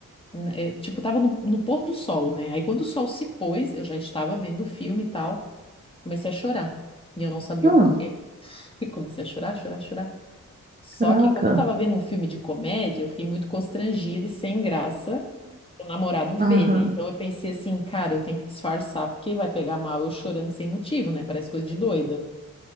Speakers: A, on the left; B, on the right.
A: N- eu, tipo, tava no, no pôr do sol, né? Aí quando o sol se pôs, eu já estava vendo o filme e tal, comecei a chorar. E eu não sabia
B: uhum,
A: o porquê. <laughs> Comecei a chorar, chorar, chorar. Só
B: caraca.
A: que como eu tava vendo um filme de comédia, eu fiquei muito constrangida e sem graça o namorado ver,
B: Aham,
A: né? Então eu pensei assim, cara, eu tenho que disfarçar, porque vai pegar mal eu chorando sem motivo, né? Parece coisa de doida.